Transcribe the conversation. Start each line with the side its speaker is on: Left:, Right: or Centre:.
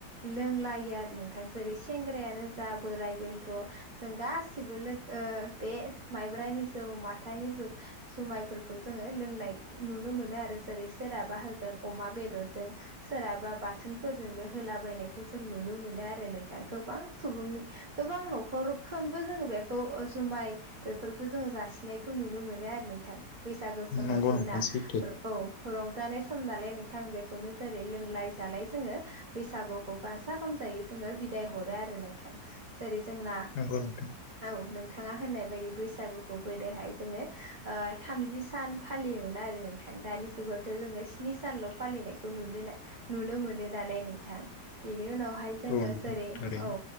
Right: लोंलायो आरो नोंथां जेरै सेंग्रायानो जा बोराइ बे थ' जों गासिबो लोगो बे माइब्रानि जौ माथानि जौ जुमायफोरखौ जोङो लोंनाय नुनो मोनो आरो जेरै सोरहाबा होगोन अमा बेदरजों सोरहाबा बाथोनफोरजोंनो होलाबायनायखौ जों नुनो मोनो आरो नोंथां गोबां सुबुंनि गोबां नखरफ्रोमबो जोङो बेखौ जुमाय बेफोरखौ जोङो जासिनायखौ नुनो मोनो आरो नोंथां बैसागु समाव
Left: नंगौ
Right: जोंना
Left: नोंथां सैथो
Right: औ रंजानाय सम नालाय नोंथां बेखौनो जेरै लोंलाय जालाय जोङो बैसागुखौ गाजा गोमजायै जोङो बिदाय हरो आरो नोंथां जेरै जोंना
Left: नंगौ नोंथां
Right: औ नोंथाङा होननाय बायदि बैसागुखौ गोदोहाय जोङो ओ थामजि सान फालियोमोन आरो नोंथां दानि जुगावथ' जोङो स्नि सानल' फालिनायखौ नुनोला नुनो मोनो नालाय नोंथां बेनि उनावहाय जोङो
Left: औ नोंथां
Right: जेरै
Left: थारैनो
Right: औ